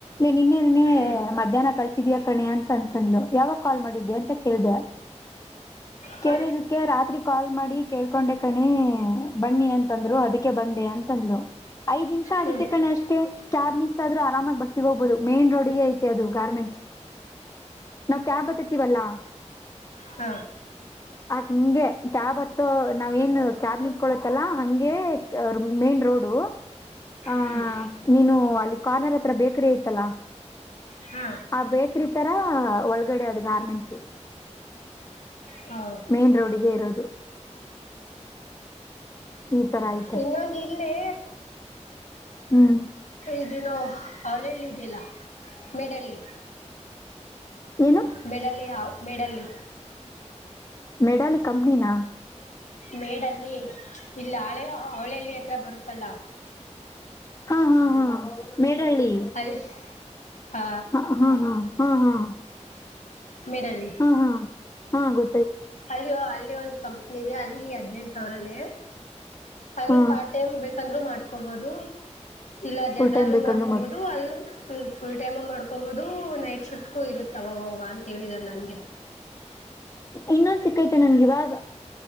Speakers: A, on the left; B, on the left.
A: ಎ ನಿನ್ನೆನೇ
B: ಹ್ಮ್
A: ಮಧ್ಯಾಹ್ನ್ ಕಳಸಿದೀಯ ಕಣೆ ಅಂತ ಅಂತಂದ್ಲು ಯಾವಾಗ ಕಾಲ್ ಮಾಡಿದ್ದೆ ಅಂತ ಕೇಳ್ದೆ
B: ಹಾ
A: ಕೇಳಿದಿಕ್ಕೆ ರಾತ್ರಿ ಕಾಲ್ ಮಾಡಿ ಕೇಳ್ಕೊಂಡೆ ಕಣೆ ಬನ್ನಿ ಅಂತಂದ್ರು ಅದಕ್ಕೆ ಬಂದೆ ಅಂತಂದ್ಲು ಐದ್ ನಿಮಿಷ ಆಗತ್ತೆ
B: ಹ್ಮ್
A: ಕಣೆ ಅಷ್ಟೇ ಕ್ಯಾಬ್ ಮಿಸ್ <unintelligible> ಆರಾಮ ಬಸ್ಸಿಗೆ ಹೋಗ್ಬಹುದು ಮೈನ್ ರೋಡಿಗೆ ಐತೆ ಅದು ಗಾರ್ಮೆಂಟ್ಸ್ ನಾವ್ ಕ್ಯಾಬ್ ಹತತ್ತಿವಲ್ಲ
B: ಹ
A: ಆದ್ ಹಂಗೆ ಕ್ಯಾಬ್ ಹತ್ತೋ ನಾವ್ ಏನ್ ಕ್ಯಾಬ್ ನಿತ್ಕೊಳ್ಳತ್ತಲ್ಲ ಹಂಗೆ ಅ ಮೇನ್ ರೋಡು ಆ
B: ಹ್ಮ್
A: ನೀನು ಅಲ್ಲಿ ಕಾರ್ನರ್ ಹತ್ರ ಬೆಕ್ರೀ ಐತ್ತಲ್ಲ
B: ಹಾ
A: ಆ ಬೆಕ್ರೀ ತರ ಒಳಗಡೆ ಅದು ಗಾರ್ಮೆಂಟ್ಸ
B: ಹಾ
A: ಮೇನ್ ರೋಡಿಗೆ ಇರೋದು. ಈ ತರ ಐತೆ
B: ಇನ್ನೊಂದ ಇಲ್ಲೇ
A: ಹ್ಮು
B: ಇದನು ಅವ್ಳ ಹೇಳಿದಿಲ್ಲ. ಮೇಡಳ್ಳಿ
A: ಏನು
B: ಮೇಡಳ್ಳಿ ಆ ಮೇಡಳ್ಳಿ.
A: ಮೆಡಲ್ ಕಂಪನಿನಾ.
B: ಮೇಡಲ್ಲಿ ಇಲ್ಲಿ <unintelligible> ಹತ್ರ ಬರು ತ್ತಲ್ಲಾ
A: ಹಾ ಹಾ ಹಾ ಮೇ ಮೇಡಳ್ಳಿ
B: ಅಲ್ಲಿ ಆ
A: ಹಾ ಹಾ ಹಾ ಹಾ.
B: ಮೇಡಳ್ಳಿ
A: ಹಾ ಹಾ ಹಾ ಗೋ
B: ಅಲ್ಲಿೋ ಅಲ್ಲಿಯ ಒಂದು ಸಂ ಅಲ್ಲಿ ಹದ್ನೆಂ ಸಾವಿರನೇ ಅಲ್ಲಿ
A: ಹಾ
B: ಪಾರ್ಟ್ ಟೈಮ್ ಬೇಕಂದ್ರು ಮಾಡ ಹಕೋಬೋದು ಇಲ್ಲ ಜನರಲ್ಲ
A: ಫುಲ್ ಟೈಮ್ ಬೇಕಾದ್ರೂ
B: ಮಾಡ್ಕೋಬಹುದು
A: ಮಾಡ್ಕೊ
B: ಅದು ಫುಲ್ ತ ಮಾಡ ಹೋಗೋದು ನೈಟ್ ಶಿಫ್ಟ್ ಇರುತ್ತ ಅವಾಗ ಹೋಗಾಗ ಅಂತ ಹೇಳಿದ್ದಾರೆ ನನ್ಗೆ.
A: ಇನ್ನೊಂದು ಸಿಕ್ಕೈತೆ ನನ್ಗೆ ಇವಾಗ